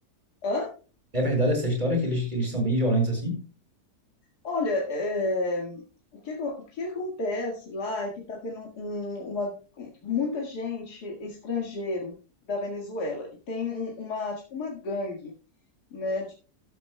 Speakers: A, on the left (about 85°); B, on the right (about 30°).
A: Hã?
B: É verdade essa história que eles, que eles são bem violentos assim?
A: Olha, é, o que, acon- o que acontece lá é que está tendo um- uma, muita gente estrangeiro da Venezuela e tem um- uma, tipo uma gangue, né,